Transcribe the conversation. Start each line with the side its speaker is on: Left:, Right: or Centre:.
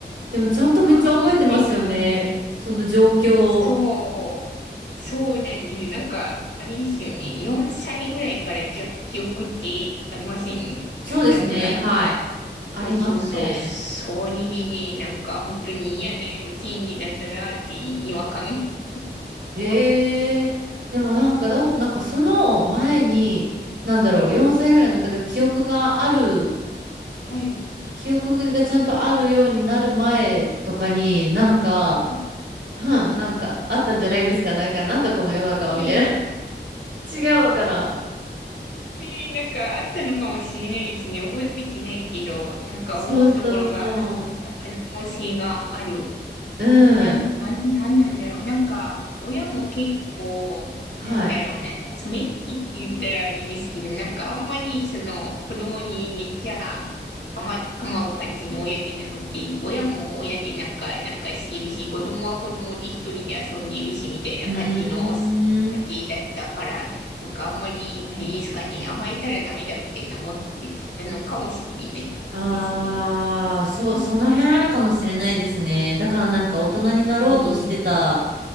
Right: でも、ちゃんとめっちゃ覚えてますよね。
Left: なんでしょうね。
Right: その状況。
Left: そう。そうなんです。なんか、あれですよね。4歳ぐらいからじゃ記憶ってありませんな、
Right: そうですね、
Left: なんとなく。
Right: はい。ありますね。
Left: そうそうそう。それでね、なんか本当に嫌な幼稚園児だったなって違和感
Right: へえ、
Left: を。
Right: でもなんか、だってなんかその前に、なんだろう、
Left: はい。
Right: 4歳ぐらいの、だから記憶がある
Left: はい。
Right: 記憶がちゃんとあるようになる前とかになんか、
Left: はい。
Right: うん、なんかあったんじゃないんですかなんかなんだこの世の中はみたいな
Left: ええ
Right: <laughs> 違うのかな
Left: ええなんかあったのかもしれないですね。覚えてないけど、なんか思うところがあった可能性がある。
Right: そうそうそう。うん。
Left: な、な、な、なんなんだろう。なんか、親も結構、
Right: はい。
Left: なんだろうな、冷たいって言ったらあれですけど、なんかあんまり、その、子供にめっちゃ構、構う感じの親じゃなくて、親も親でなんか、なんかしてるし、子供は子供で一人で遊んでるし、みたいな感じの
Right: うーん。
Left: 家庭だったから、なんかあんまり、あれですかね、甘えたらダメだみたいな思ってたのかもしれないですね。
Right: ああ、そう、
Left: うん。
Right: その辺あるかもしれないですね。だからなんか大人になろうとしてた
Left: うん。